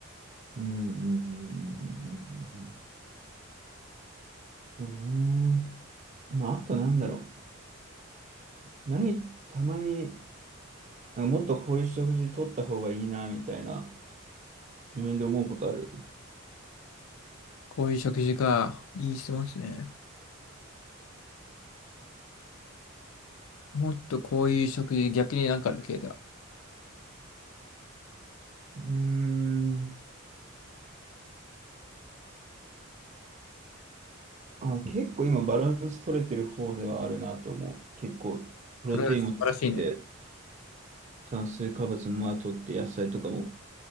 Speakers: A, on the right; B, on the left.
A: うん。うん。うんうんうんうんそうね。まあ、あとなんだろう。何、たまに、なんかもっとこういう食事取った方がいいな、みたいな、自分で思うことある。
B: こういう食事か。いい質問ですね。もっとこういう食事、逆になんかある系だ。
A: うーん。あ、結構今バランス取れてる方ではあるなと思う。結構、プロテインも取って、
B: プロテイン素晴らしいね。
A: 炭水化物もまあ取って、野菜とかも、